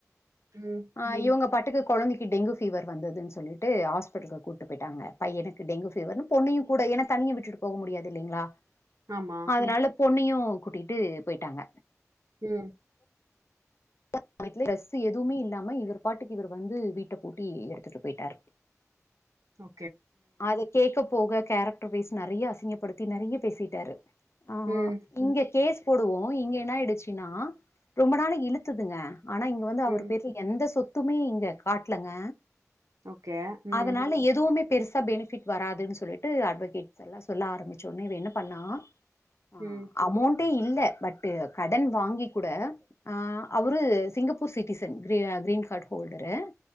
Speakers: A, on the right (about 80°); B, on the left (about 55°).
A: ம்.
B: ஆஹ் இவங்க பாட்டுக்கு குழந்தைக்கு டெங்கு பீவர் வந்ததுன்னு சொல்லிட்டு ஹாஸ்பிடலுக்கு கூட்டு போயிட்டாங்க பையனுக்கு டெங்கு பீவர் பொண்ணையும் கூட என தனிய விட்டுட்டு போக முடியாது இல்லிங்களா
A: ஆமா.
B: அதனால பொண்ணையும் கூட்டிட்டு போயிட்டாங்க
A: உம்
B: அந்த சமயத்துல டிரஸ் எதுவுமே இல்லாம இவர் பாட்டுக்கு இவர் வந்து வீட்ட பூட்டி எடுத்துட்டு போயிட்டாரு
A: ஓ
B: அது கேட்க போக கேரக்டர் ரு பேசி நறைய அசிங்கப்படுத்தி நிறைய பேசிட்டாரு ஆஹ
A: ம்.
B: இங்க கேக் போடுவோ இங்க என்ன ஆயிடுச்சுன்னா ரொம்ப நாள இழுத்துதுங்க ஆனா இங்க வந்து அவர்
A: ம்.
B: பேருல எந்த சொத்து எதுவுமே இங்க காட்லங்க
A: ஓகே உம்
B: அதனால எதுவுமே பெருசா பெனிஃபிட் வராதுன்னு சொல்லிட்டு அட்வகேட்ஸ் எல்லா சொல்ல ஆரம்பிச்ச ஒட்னே இவ என்ன பண்ணா ஆஹ்
A: ம்.
B: அமௌன்ட் ட்ட இல்ல பட் கடன் வாங்கி கூட ஆஹ அவுரு Singapore citizen green card holder